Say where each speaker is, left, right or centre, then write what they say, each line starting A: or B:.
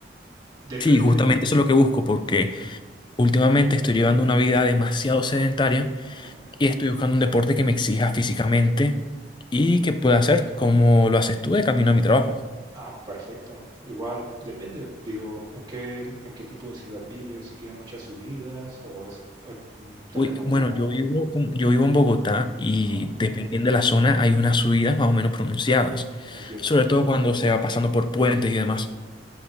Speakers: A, on the right; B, on the left.
A: Depende
B: Sí, justamente
A: de...
B: eso es lo que busco porque
A: Ujú,
B: últimamente estoy llevando una vida demasiado sedentaria
A: ujú.
B: y estoy buscando un deporte que me exija físicamente y que pueda hacer como lo haces tú de camino a mi trabajo.
A: Ah, perfecto. Igual, depende, digo, en qué, en qué tipo de ciudad vives, si tiene muchas subidas o es eh, mm, terreno
B: Uy, bueno,
A: plano.
B: yo vivo, como- yo vivo en Bogotá y
A: Ajá,
B: dependiendo de la zona hay unas subidas más o menos pronunciadas,
A: entiendo.
B: sobre todo cuando se va pasando por puentes y demás.